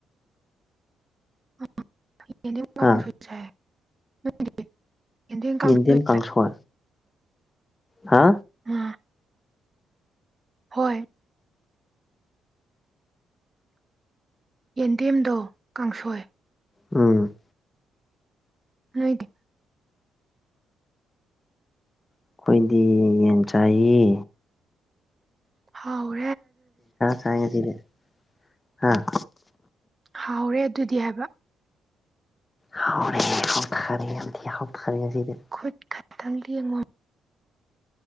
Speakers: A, on the right (about 30°); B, on the left (about 25°).
A: <unintelligible>
B: ꯍꯥ
A: ꯀꯥꯡꯁꯣꯏ
B: ꯏꯟꯗꯤꯌꯥꯦꯟ ꯀꯁ ꯍꯥ
A: ꯎꯝ ꯍꯣꯏ ꯌꯦꯟꯗꯦꯝꯗꯣ ꯀꯥꯡꯁꯣꯏ
B: ꯎꯝ
A: ꯍꯥꯏꯗꯤ
B: ꯑꯩꯈꯣꯏꯗꯤ ꯌꯦꯟ ꯆꯥꯏꯌꯦ
A: ꯍꯧ
B: ꯁꯥꯏꯒꯗꯤꯔ ꯍꯥꯥ
A: ꯍꯥꯎꯔꯦ ꯑꯗꯨꯗꯤ ꯍꯥꯏꯕ
B: ꯍꯥꯎꯦ ꯍ ꯈꯔꯦꯗꯤꯌꯥ ꯍꯈꯔꯦꯁꯤꯗ
A: ꯈꯨꯠ ꯈꯛꯇꯪ ꯌꯦꯡꯉꯣ